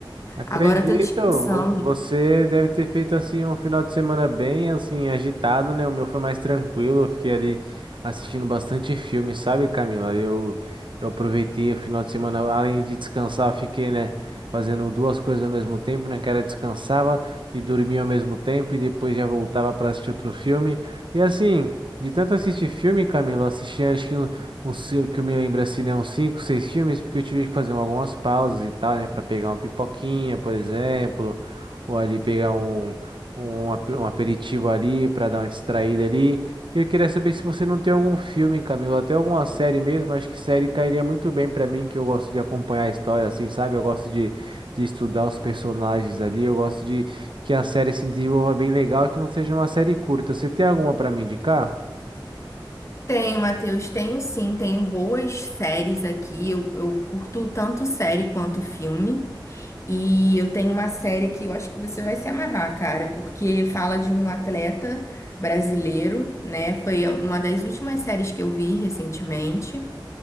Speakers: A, on the right; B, on the left.
A: Acredito,
B: Agora eu tô descansando.
A: vo- você deve ter feito assim um final de semana bem assim agitado, né? O meu foi mais tranquilo, eu fiquei ali assistindo bastante filme, sabe, Camila? Eu eu aproveitei o final de semana, além de descansar, eu fiquei, né, fazendo duas coisas ao mesmo tempo, né? Que era descansava e dormia ao mesmo tempo e depois já voltava para assistir outro filme. E assim, de tanto assistir filme, Camila, eu assisti acho que uns O seu que eu me lembro assim, né? Uns cinco, seis filmes, porque eu tive que fazer algumas pausas e tal, né? Pra pegar uma pipoquinha, por exemplo, ou ali pegar um, um, ape- um aperitivo ali pra dar uma distraída ali. E eu queria saber se você não tem algum filme, Camilo, até alguma série mesmo, acho que série cairia muito bem pra mim, que eu gosto de acompanhar a história, assim, sabe? Eu gosto de, de estudar os personagens ali, eu gosto de que a série se desenvolva bem legal, e que não seja uma série curta. Você tem alguma pra me indicar?
B: Tenho, Matheus, tenho sim, tenho boas séries aqui. Eu, eu curto tanto série quanto filme. E eu tenho uma série que eu acho que você vai se amarrar, cara, porque fala de um atleta brasileiro, né? Foi uma das últimas séries que eu vi recentemente